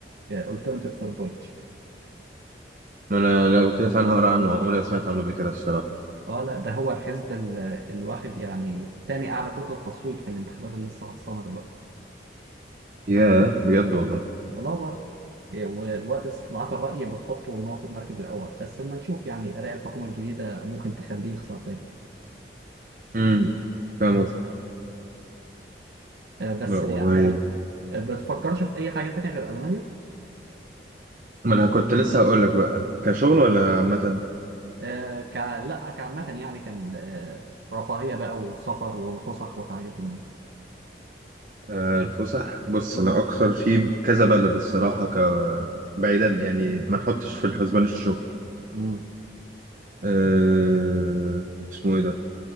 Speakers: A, on the right (about 65°); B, on the right (about 45°).
A: آه، Alternative for Deutsch
B: ما أنا لو كده فعلا هقرأ عنه عمري ما سمعت عنه قبل كده الصراحة
A: اه لا ده هو الحزب ال- اللي واخد يعني تاني اعلى كتله تصويت في الانتخابات اللي لسه خلصانه دلوقتي
B: ياه بجد والله
A: والله برضه إيه، والوقت استطلاعات الرأي بتحطه إن هو في المركز الأول بس لما نشوف يعني آراء الحكومة الجديدة ممكن تخليه يخسر تاني
B: امم فاهم قصدك
A: آه، بس
B: لا والله
A: يعني آه، بتفكرش في أي حاجة تانية غير ألمانيا
B: ما أنا كنت لسه هقول لك بقى كشغل ولا عامة
A: آه، ك... لا كعامة يعني كان آه، رفاهية بقى وسفر وفسح وحاجات من دي
B: آه، الفسح بص أنا أكتر في كذا بلد الصراحة ك بعيدا يعني ما نحطش في الحسبان الشغل
A: امم
B: أه... اسمه إيه ده؟